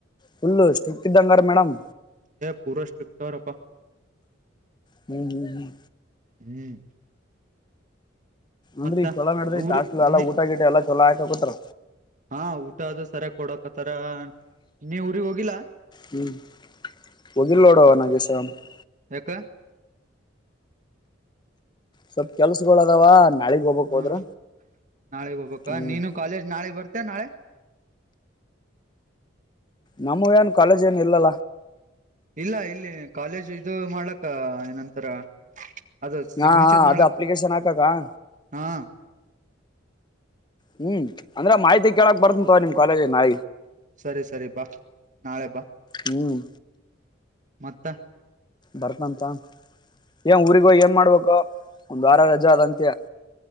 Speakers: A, on the left; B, on the right.
A: ಫುಲ್ಲ ಸ್ಟ್ರಿಕ್ ಇದ್ದಂಗಾರ ಮೇಡಮ್
B: ಪೂರ ಸ್ಟ್ರಕ್ಟರ್ಪ್ಪ
A: ಹ್ಮ್ ಹ್ಮ್
B: ಹ್ಮ್
A: ಅಂದ್ರ
B: ಮತ್ತ
A: ಈಗ ಚಲ ಮಾಡ್ರ
B: ಊರಿ
A: ಟಾಸ್ ಎಲ್ಲ
B: ನೀ
A: ಊಟ ಗಿಟ ಎಲ್ಲ ಚಲ ಹಾಕತ್ರ
B: ಹಾ ಊಟ ಅದು ಸರಿಯ ಕೊಡಕ್ತ್ತಾರ ಇನ್ನೇ ಊರಿಗ್ ಹೋಗಿಲ್ಲಾ
A: ಹ್ಮ್ ಒಗಿಲೋಡು <unintelligible>
B: ಎಕ್ಕ
A: ಸ್ವಲ್ಪ ಕೆಲ್ಸಗಳು ಅದಾವ ನಾಳಿಗ್ ಹೋಗ್ಬೇಕ್
B: ಹಾ
A: ಹೋದ್ರ
B: ನಾಳೆಗ್ ಹೋಗ್ಬ
A: ಹ್ಮ್
B: ನೀನು ಕಾಲೇಜ್ ನಾಳೆ ಬರ್ತಯ ನಾಳೆ
A: ನಮ ಏನ್ ಕಾಲೇಜ್ ಏನ್ ಇಲ್ಲಾ
B: ಇಲ್ಲ ಇಲ್ಲಿ ಕಾಲೇಜ್ ಇದು ಮಾಡ್ಲಕ್ಕ ಏನಂತರ ಅದ ಸಿಗ್ನಿಚರ್
A: ಹಾ ಹಾ
B: ಮಾಡಕ್
A: ಅದ ಅಪ್ಲಿಕೇಶನ್ ಹಾಕಕ
B: ಹಾ
A: ಹ್ಮ್ ಅಂದ್ರೆ ಮಾಹಿತಿ ಕೇಳಕ್ ಬರ್ತಂಂತ ನಿಮ್ ಕಾಲೇಜ ನಾಳ
B: ಸರಿ ಸರಿ ಬಾ ನಾಳೆ ಬಾ
A: ಹ್ಮ್
B: ಮತ್ತ
A: ಬರ್ತಂತ ಏ ಊರಿಗ ಹೋಗ ಏನ್ ಮಾಡ್ಬೇಕು ಒಂದ್ ವಾರ ರಜೆ ಆದದಂತೆ